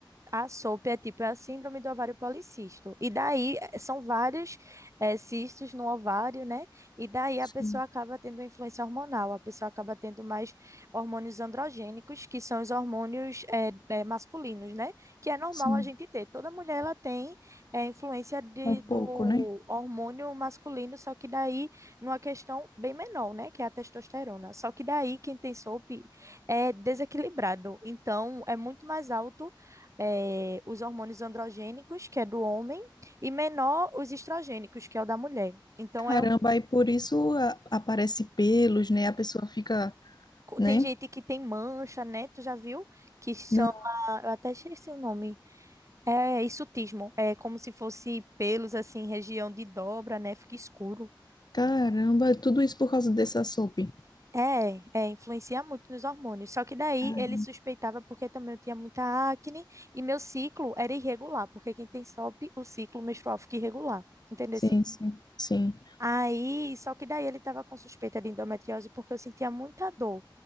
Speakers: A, on the right; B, on the left.
A: a SOP é tipo é a síndrome do ovário policístico. E daí eh, são vários eh, cistos no ovário, né? E daí
B: Sim,
A: a pessoa acaba tendo influência hormonal, a pessoa acaba tendo mais hormônios androgênicos, que são os hormônios eh, eh, masculinos, né? Que é normal
B: sim,
A: a gente ter. Toda mulher ela tem eh, influência de,
B: um pouco,
A: do
B: né?
A: hormônio masculino, só que daí numa questão bem menor, né? Que é a testosterona. Só que daí quem tem SOP é desequilibrado. Então é muito mais alto é, os hormônios androgênicos, que é do homem, e menor os estrogênicos, que é o da mulher. Então
B: Caramba,
A: é um
B: aí por isso a- aparece pelos, né? A pessoa fica,
A: co-
B: né?
A: Tem gente que tem mancha, né? Tu já viu? Que chama.
B: Não,
A: Eu até esqueci o nome. É é hirsutismo. É como se fosse pelos, assim, região de dobra, né? Fica escuro.
B: caramba, tudo isso por causa dessa sopa.
A: É, é, influencia muito nos hormônios. Só que daí
B: Ah,
A: ele suspeitava porque também eu tinha muita acne e meu ciclo era irregular, porque quem tem SOP, o P, o ciclo menstrual fica irregular. Entendeu?
B: Sim, sim, sim.
A: Aí, só que daí ele estava com suspeita de endometriose porque eu sentia muita dor.